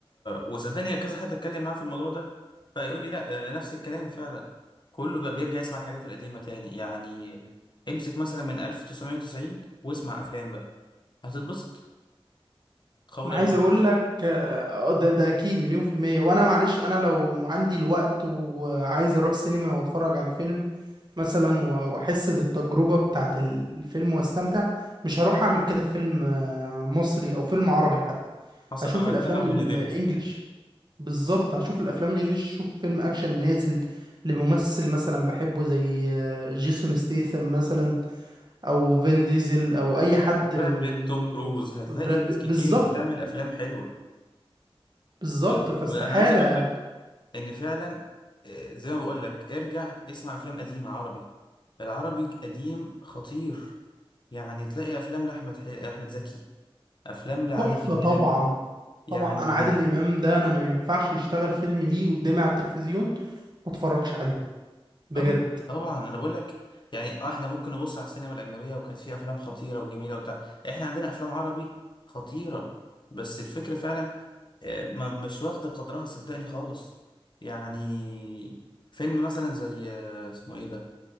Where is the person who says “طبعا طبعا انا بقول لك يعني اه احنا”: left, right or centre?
Left